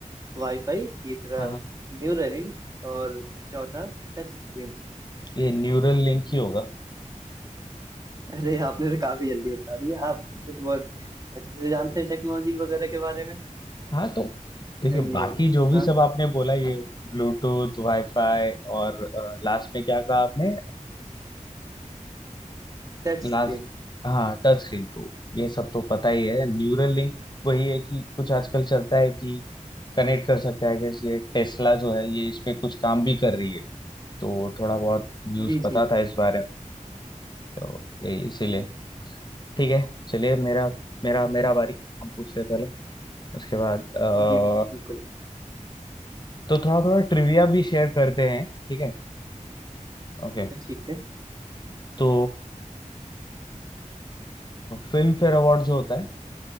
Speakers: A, on the right; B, on the left.
A: वाईफाई तीसरा
B: हाँ हाँ,
A: न्यूरलिंक और चौथा टच स्क्रीन
B: ये न्यूरल लिंक ही होगा
A: अरे आपने तो काफी जल्दी बता दिया आप कुछ बहुत अच्छे से जानते हैं टेक्नोलॉजी वगैरह के बारे में
B: हाँ तो देखिए
A: चलिए
B: बाकी जो
A: हाँ
B: भी सब
A: हाँ
B: आपने बोला ये ब्लूटूथ वाईफाई और लास्ट में क्या कहा आपने
A: Touch
B: लास्ट
A: screen
B: हाँ टच स्क्रीन तो ये सब तो पता ही है न्यूरल लिंक वही है कि कुछ आजकल चलता है कि कनेक्ट कर सकते हैं कि ये टेस्ला जो है ये इस पे कुछ काम भी कर रही है तो थोड़ा बहुत न्यूज़
A: जी
B: पता
A: जी
B: था इस बारे में तो ये इसीलिए
A: हाँ,
B: ठीक है चलिए मेरा मेरा मेरा बारी हम पूछते हैं पहले उसके बाद अ,
A: जी बिल्कुल
B: तो थोड़ा थोड़ा ट्रिविया भी शेयर करते हैं ठीक है ओके
A: तो ठीक है
B: तो फिल्म फेयर अवार्ड जो होता है